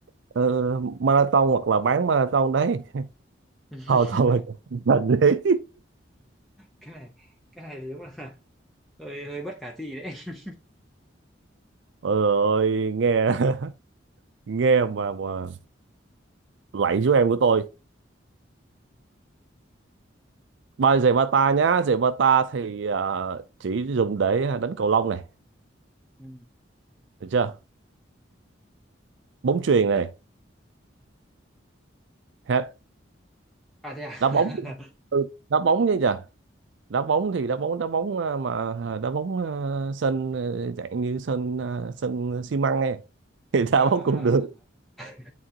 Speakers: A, on the right (about 70°); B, in the centre.
A: ờ, marathon hoặc là bán marathon đấy
B: <laughs>
A: họ toàn là chạy chân <laughs> trần đấy
B: cái này cái này thì đúng là hơi hơi bất khả thi đấy <laughs>
A: Ôi ơi nghe <laughs> nghe mà mà lạy chú em của tôi ba giày bata nhá giày bata thì à, chỉ dùng để đánh cầu lông này
B: Ừ.
A: được chưa bóng chuyền này hết
B: à thế à?
A: đá bóng
B: <laughs>
A: ừ, đá bóng chứ nhờ đá bóng thì đá bóng đá bóng à, mà à, đá bóng à, sân à, dạng như sân à, sân xi măng này <laughs> thì đá
B: à,
A: bóng cũng được
B: à. <laughs>